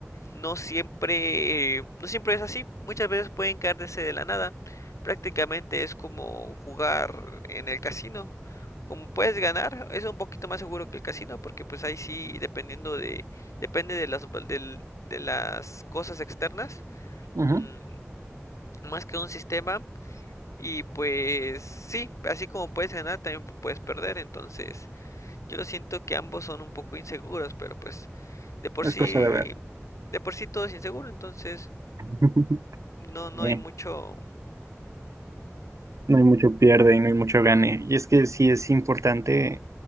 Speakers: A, on the left; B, on the right.
A: no siempre, no siempre es así. Muchas veces pueden caerse de la nada. Prácticamente es como jugar en el casino. Como puedes ganar, es un poquito más seguro que el casino porque pues ahí sí dependiendo de depende de las del- de las cosas externas,
B: Ujú,
A: mm, más que un sistema y pues sí, así como puedes ganar también puedes perder, entonces yo siento que ambos son un poco inseguros, pero pues de por sí,
B: Es cosa de ver.
A: de por sí todo es inseguro, entonces
B: <laughs>
A: no, no
B: Sí.
A: hay mucho.
B: No hay mucho pierde y no hay mucho gane. Y es que sí es importante